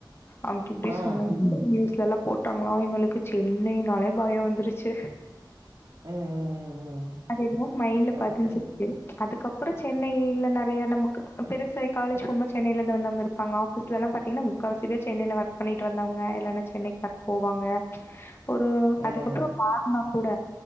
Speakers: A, on the left; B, on the right.
A: அப்டி இப்டி
B: ஆ
A: சொன்ன நியூஸ்லல்லாப் போட்டாங்ளா எங்களுக்கு சென்னைனாலே பயோ வந்துருச்சு
B: ம் ம் ம் ம்
A: அது என்னமோ மைண்ட்ல பதிஞ்சுருச்சு
B: ஓகே
A: அதுக்கப்றோ சென்னையில நெறைய நமக் பெருசாயி காலேஜ் போம்போது சென்னையிலேந்து வந்தவங்க இருப்பாங்க ஆஃபீஸ்லல்லா பாத்தீங்னா முக்காவசிப்பேரு சென்னைல வர்க் பண்ணிட்டு வந்தவங்க இல்லன்னா சென்னைக்கு வர்க் போவாங்க ஒரு
B: ம்
A: அதுக்கப்றோ மார்ணம் கூட